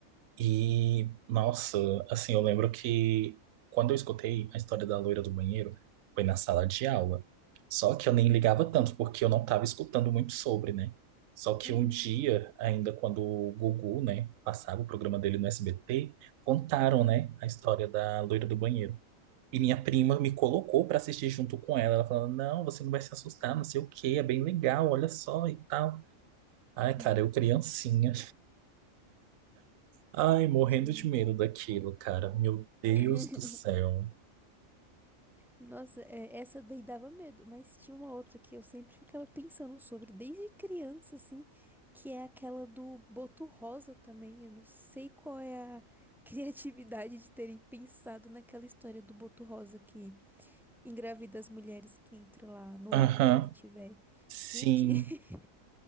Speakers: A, on the right (about 80°); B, in the centre.
A: E, nossa, assim, eu lembro que quando eu escutei a história da loira do banheiro, foi na sala de aula. Só que eu nem ligava tanto, porque eu não estava escutando muito sobre, né? Só que
B: Uhum.
A: um dia, ainda quando o Gugu, né, passava o programa dele no SBT, contaram,
B: <laughs> Sim.
A: né, a história da loira do banheiro. E minha prima me colocou para assistir junto com ela. Ela falando, não, você não vai se assustar, não sei o quê, é bem legal, olha só e tal. Ai,
B: Uhum.
A: cara, eu criancinha. Ai, morrendo
B: Gente.
A: de medo daquilo, cara. Meu Deus
B: <laughs>
A: do céu.
B: Nossa, é, essa daí dava medo, mas tinha uma outra que eu sempre ficava pensando sobre, desde criança, assim, que é aquela do Boto Rosa também. Eu não sei qual é a <laughs> criatividade de terem pensado naquela história do Boto Rosa que engravida as mulheres que entram lá no lago
A: Aham,
B: que ele tiver.
A: sim.
B: Gente, <laughs>